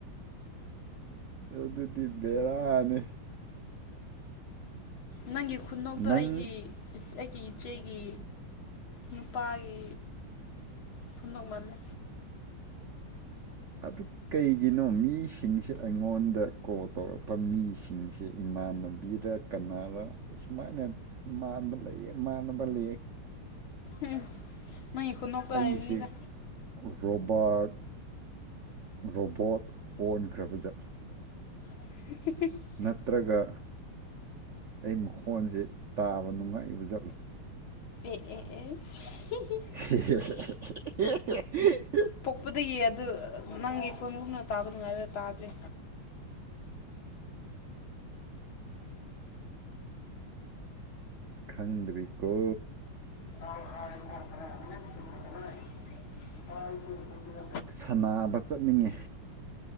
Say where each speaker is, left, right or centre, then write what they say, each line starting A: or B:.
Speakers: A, on the right (about 75°); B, on the left (about 75°).
A: ꯑꯗꯨꯗꯤ ꯕꯦꯔꯥꯅꯦ
B: ꯅꯪꯒꯤ ꯈꯨꯅꯣꯛꯇꯣ
A: ꯅꯪ
B: ꯑꯩꯒꯤ ꯑꯩꯒꯤ ꯏꯆꯦꯒꯤ ꯅꯨꯄꯥꯒꯤ ꯈꯨꯅꯣꯛꯃꯜꯂꯦ
A: ꯑꯗꯨ ꯀꯩꯒꯤꯅꯣ ꯃꯤꯁꯤꯡꯁꯦ ꯑꯩꯉꯣꯟꯗ ꯀꯣꯜ ꯇꯧꯔꯛꯄ ꯃꯤꯁꯤꯡꯁꯦ ꯏꯃꯥꯟꯅꯕꯤꯔꯛ ꯀꯅꯥꯔ ꯑꯁꯨꯃꯥꯏꯅꯠ ꯃꯥꯟꯕ ꯂꯩꯌꯦ ꯃꯥꯟꯅꯕ ꯂꯩꯌꯦ
B: ꯎꯝ ꯃꯥꯏ ꯈꯨꯅꯣꯛꯇꯣ
A: ꯑꯩꯁꯦ
B: ꯍꯥꯏꯕꯅꯤꯗ
A: ꯔꯣꯕꯥꯔꯠ ꯔꯣꯕꯣꯠ ꯑꯣꯟꯈ꯭ꯔꯕ ꯖꯠ
B: <unintelligible>
A: ꯅꯠꯇ꯭ꯔꯒ ꯑꯩ ꯃꯈꯣꯟꯖꯦ ꯇꯥꯕ ꯅꯨꯡꯉꯥꯏꯕ ꯖꯠꯂꯨ
B: ꯑꯦ ꯑꯦ ꯑꯦ ꯍꯤꯍꯤ
A: <unintelligible>
B: ꯄꯣꯛꯄꯗꯩ ꯌꯦ ꯑꯗꯨ ꯅꯪꯒꯤ ꯐꯝꯃꯨꯅ ꯇꯥꯕ ꯅꯨꯡꯉꯥꯏꯕ ꯇꯥꯗ꯭ꯔꯦ
A: ꯈꯪꯗ꯭ꯔꯤꯀꯣ
B: <inaudible>
A: ꯁꯟꯅꯕꯥ ꯆꯠꯅꯤꯡꯉꯦ